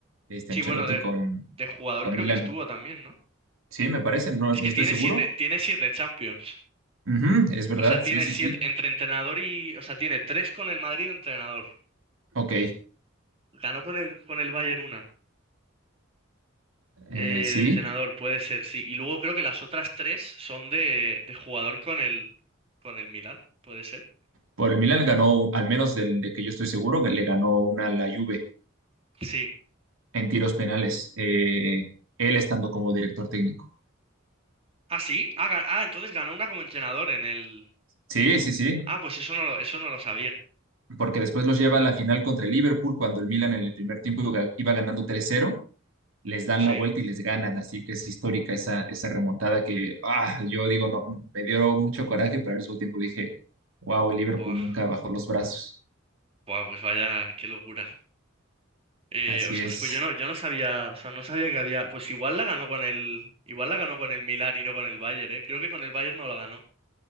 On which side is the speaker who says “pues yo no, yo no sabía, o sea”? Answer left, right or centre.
Right